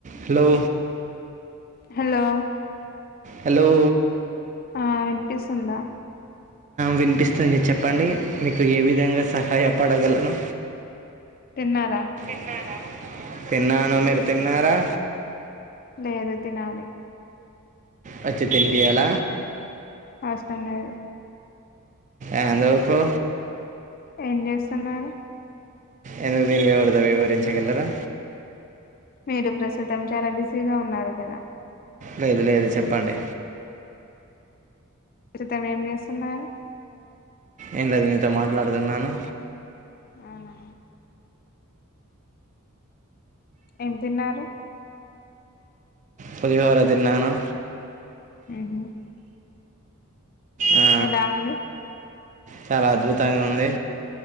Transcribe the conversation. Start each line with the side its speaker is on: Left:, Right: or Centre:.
Right: hello
Left: hello
Right: hello
Left: ఆ వినిపిస్తుందా
Right: వినిపిస్తుంది చెప్పండి మీకు ఏ విధంగా సహాయపడగలను
Left: తిన్నారా
Right: తిన్నారా తిన్నాను మీరు తిన్నారా
Left: లేదు తినాలి
Right: వచ్చి తినిపియ్యల
Left: అవసరం లేదు
Right: ఎందుకు
Left: ఎం చేస్తున్నారు
Right: ఎందుకు తినిపియ్యకూడదో వివరించగలరా
Left: పేరు ప్రస్తుతం చాలా బిజీగా ఉన్నారు కదా
Right: లేదు లేదు చెప్పండి
Left: ప్రస్తుతం ఏం చేస్తున్నారు
Right: ఏం లేదు మీతో మాట్లాడుతున్నాను
Left: అవునా ఏం తిన్నారు
Right: పులిహోర తిన్నాను
Left: హు
Right: ఆ,
Left: ఎలా ఉంది
Right: చాలా అద్భుతంగా ఉంది